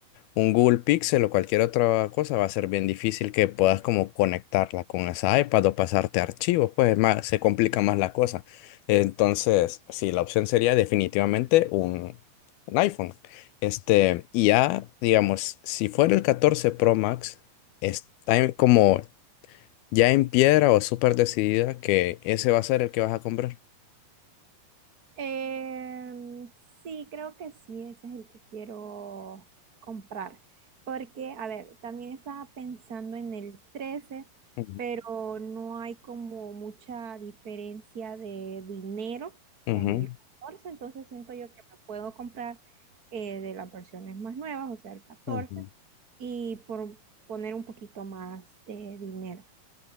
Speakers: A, on the left; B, on the right.
A: un Google Pixel o cualquier otra cosa va a ser bien difícil que puedas como conectarla con esa iPad o pasarte archivos, pues es más, se complica más la cosa. Entonces, sí, la opción sería definitivamente un, un iPhone. Este, y ya, digamos, si fuera el 14 Pro Max, está en- como ya en piedra o súper decidida que ese va a ser el que vas a comprar.
B: Em, sí, creo que sí, ese es el que quiero comprar. Porque, a ver, también estaba pensando en el 13,
A: Ujú,
B: pero no hay como mucha diferencia de dinero
A: ujú,
B: con el 14, entonces siento yo que me puedo comprar eh, de las versiones más nuevas, o sea, el catorce,
A: ujú, ujú.
B: y por poner un poquito más de dinero.